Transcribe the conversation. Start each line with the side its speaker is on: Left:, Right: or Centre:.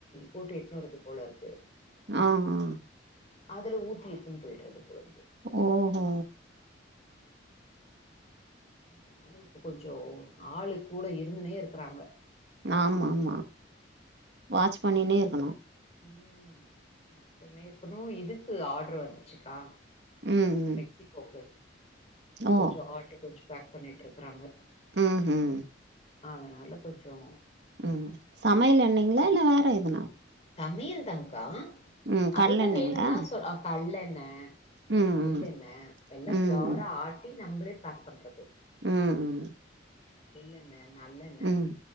Left: போட்டு எட்டுனுவர்துக்கு போலருக்கு
Right: ஆ ஆ
Left: அதுல ஊத்தி எத்துன்னு போயிடுறது போலருக்கு
Right: ஓஹோ
Left: அதனால இப்போ கொஞ்சோ ஆளு கூட இருந்துனே இருக்கறாங்க
Right: ஆமா ஆமா வாட்ச் பண்ணினே இருக்கணு
Left: ம் பண்ணிற்கனு இதுக்கு ஆட்ரு வந்துச்க்கா
Right: ம், ம்.
Left: மெக்ஸி கோக்கு அது
Right: ஓ!
Left: கொஞ்சொ ஆர்ட்ரு கொஞ்சொ பேக் பண்ணிட்ருக்றாங்க
Right: ம் ம்
Left: அதனால கொஞ்சோ
Right: ம் சமையல் எண்ணெங்ளா இல்ல வேற எதுனா
Left: சமையல் தாங்க்கா
Right: ம். கடல
Left: அதுதா
Right: எண்ணெய்ங்களா?
Left: வேணுனா சொ கல்லெண்ண
Right: ம், ம்.
Left: எள்ளெண்ண எல்லா
Right: ம்,
Left: பியோரா
Right: ம்.
Left: ஆட்டி நம்ளே பேக் பண்றது
Right: ம் ம்
Left: எள்ளெண்ண நல்லெண்ண
Right: ம்.